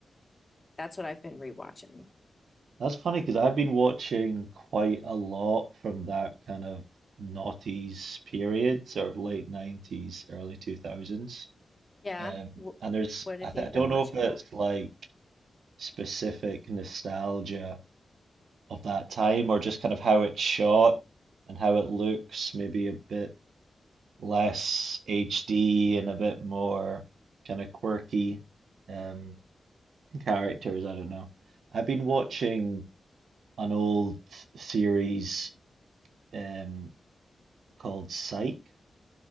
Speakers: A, on the left; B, on the right.
A: that's what I've been rewatching.
B: That's funny because I've been watching quite a lot from that kind of noughties period, sort of late 90s, early 2000s.
A: Yeah.
B: Um,
A: W
B: and there's,
A: what have
B: I, th
A: you
B: I
A: been
B: don't
A: watching?
B: know if it's like specific nostalgia of that time, or just kind of how it's shot and how it looks, maybe a bit less HD and a bit more kind of quirky um, characters. I don't know. I've been watching an old series um, called Psych,